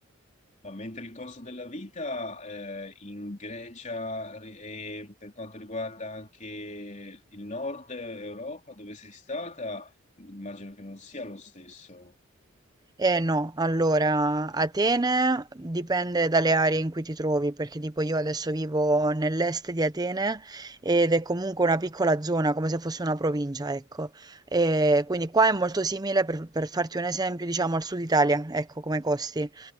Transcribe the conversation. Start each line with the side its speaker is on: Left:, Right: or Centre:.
Left: Ma mentre il costo della vita eh, in Grecia ri- e per quanto riguarda anche il nord Europa, dove sei stata, immagino che non sia lo stesso.
Right: Eh no, allora, Atene dipende dalle aree in cui ti trovi, perché tipo io adesso vivo nell'est di Atene ed è comunque una piccola zona, come se fosse una provincia, ecco. E quindi qua è molto simile, per, per farti un esempio, diciamo al sud Italia, ecco come costi.